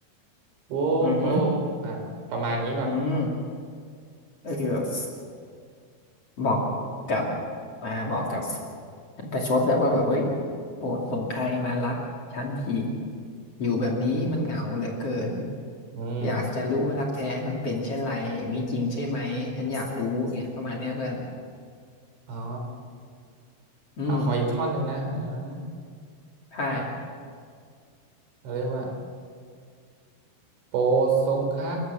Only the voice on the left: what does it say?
อืมอหือ
อืมก็คือแบบ บอกกับมาบอกกับประชดแบบว่าแบบเอ้ยโปรดส่งใครมารักฉันทีอยู่แบบนี้มันเหงาเหลือเกิน
อยากจะรู้ว่ารักแท้มันเป็นเช่นไรมีจริงใช่ไหมฉันอยากรู้เนี่ยประมาณเนี้ยเพื่อน
อืม
ใช่